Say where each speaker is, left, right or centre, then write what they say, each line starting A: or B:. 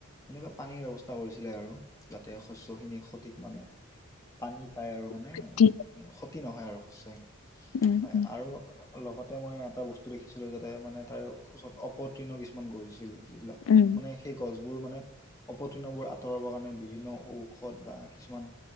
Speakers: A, on the left; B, on the left.
A: এনেকুৱা পানীৰ ব্যৱস্থা কৰিছিলে আৰু যাতে শস্য খিনি সঠিক মানে পানী পায় আৰু মানে
B: <unintelligible>
A: উম, ক্ষতি নহয় আৰু শস্যখিনি
B: উম
A: হয়
B: উম
A: আৰু লগতে মই এটা বস্তু দেখিছিলো যাতে মানে তাৰ ওচৰত অপতীৰ্ণ কিছুমান গজিছিল যিবিলাক
B: উম
A: মানে সেই গছবোৰ মানে অপতীৰ্ণবোৰ আঁতৰাবৰ কাৰণে বিভিন্ন ঔষধ বা কিছুমান